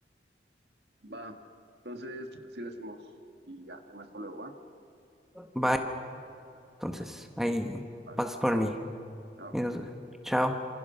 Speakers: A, on the right (about 70°); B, in the centre.
A: Va. Entonces, pues, así lo hacemos. Y ya, te marco luego, ¿va?
B: Bye. Entonces, ahí
A: Vale,
B: pasas por mí.
A: chao.
B: Y nos- Chao.